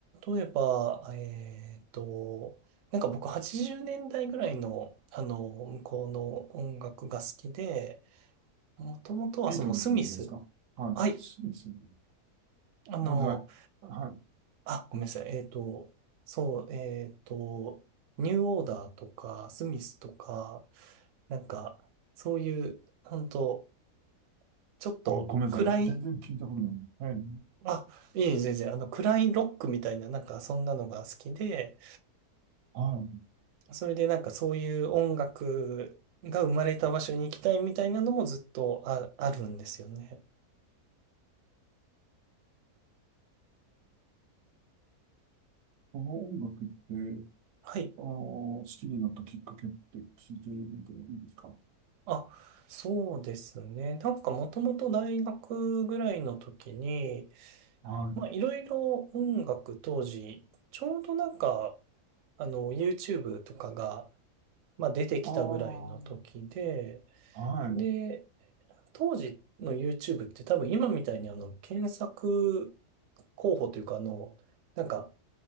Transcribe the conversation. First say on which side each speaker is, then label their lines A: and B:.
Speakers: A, on the right; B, on the right.
A: 例えば、えっと、なんか僕80年代ぐらいの、あの、向こうの音楽が好きで、もともとはそのスミス。
B: ビートルズですかはい。
A: はい。
B: そうですね。
A: あの、
B: ごめんなさい。はい。
A: あ、ごめんなさい。えっと、そう、えっと、ニューオーダーとか、スミスとか、なんか、そういう、本当ちょっと暗い、
B: あ、ごめんなさい。全然聞いたことない。はい。
A: あ、いえいえ、全然、あの、暗いロックみたいな、なんか、そんなのが好きで、
B: はい。
A: それでなんかそういう音楽が生まれた場所に行きたいみたいなのもずっとあ、あるんですよね。
B: この音楽って、
A: はい。
B: あー、好きになったきっかけって聞いてみていいですか
A: あ、そうですね。なんかもともと大学ぐらいの時に、
B: はい。
A: まあいろいろ音楽当時、ちょうどなんか、あの、YouTube とかが、まあ、出てきたぐらいの時で、
B: ああ、はい。
A: で、
B: う
A: 当時の YouTube って多分今みたいにあの、検索候補というかあの、なんか